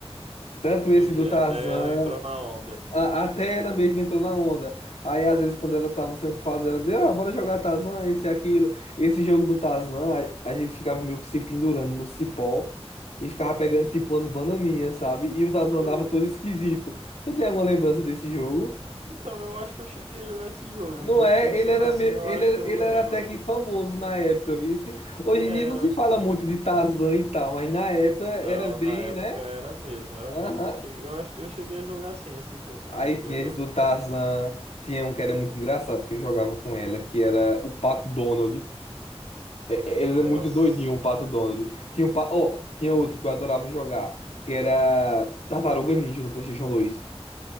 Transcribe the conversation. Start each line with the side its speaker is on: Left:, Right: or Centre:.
Left: Tanto
Right: entendi.
Left: esse do Tazan,
Right: Até ela entrou na onda.
Left: a- até ela mesma entrou na onda. Aí às vezes quando ela tava sem o que fazer, ela dizia, ó, bora jogar Tazan, esse e aquilo. Esse jogo do Tazan, a, a gente ficava meio que se pendurando no cipó e ficava pegando tipo umas bananinhas, sabe? E o Tazan
Right: Eu.
Left: dava todo esquisito. Tu tem alguma lembrança desse jogo?
Right: Então, eu acho que eu cheguei a jogar esse jogo,
Left: Não
Right: viu?
Left: é?
Right: Pensando
Left: Ele era,
Right: assim,
Left: me- ele,
Right: eu acho
Left: era-
Right: que eu
Left: ele
Right: lembro.
Left: era até que famoso na época, vice. Hoje
Right: Era.
Left: em dia não se fala muito de Tarzan e tal, mas na época
Right: Não,
Left: era bem,
Right: na época
Left: né?
Right: era mesmo, era
Left: Aham.
Right: mesmo. Eu cheguei- eu acho que eu cheguei a jogar sim esse jogo.
Left: Aí
Right: Cheguei
Left: tinha
Right: a jogar.
Left: esse do Tarzan, tinha um que era muito engraçado, que eu jogava com ela, que era o Pato Donald. É- é- Ele
Right: Nossa.
Left: era muito doidinho, o Pato Donald. Tinha, o pa... oh, tinha outro que eu adorava jogar, que era Tartaruga Ninja no PlayStation 2.